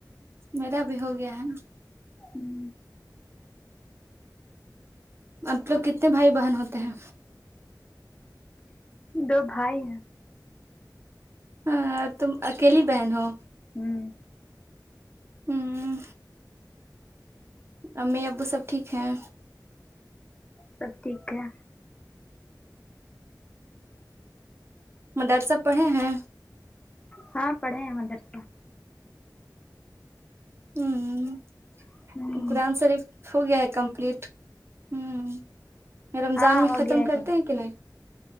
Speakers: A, on the right; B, on the left.
A: میرا بھی ہو گیا ہے
B: ہمم
A: آپ لوگ کتنے بھائی بہن ہوتے ہیں
B: دو بھائی ہیں
A: ہاں تم اکیلی بہن ہو
B: ہمم
A: ہمم امی ابو سب ٹھیک ہیں
B: سب ٹھیک ہے
A: مدرسہ پڑے ہیں
B: ہاں پڑھے ہیں مدر سے
A: ہمم
B: ہوں
A: قرآن شاریف ہو گایا ہے کومپلٹ ہمم رمضان
B: ہاں
A: میں
B: ہو
A: ختم
B: گیا ہے
A: کرتے
B: کمپلیٹ
A: ہیں کہ نہیں